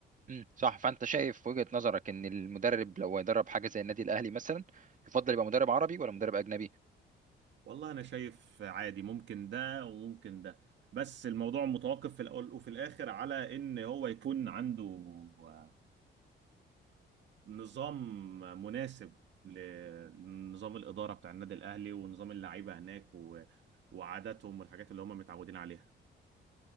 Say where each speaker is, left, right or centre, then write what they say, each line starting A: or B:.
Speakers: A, on the right (about 40°); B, on the right (about 65°).
A: امم صح فانت شايف وجهة نظرك ان المدرب لو هيدرب حاجة زي النادي الاهلي مثلا يفضل يبقى مدرب عربي ولا مدرب اجنبي
B: والله انا شايف عادي ممكن ده وممكن ده بس الموضوع متوقف في الاول وفي الاخر على ان هو يكون عنده آه، نظام مناسب لنظام الاداره بتاع النادي الاهلي ونظام اللعيبه هناك و... وعاداتهم والحاجات اللي هم متعودين عليها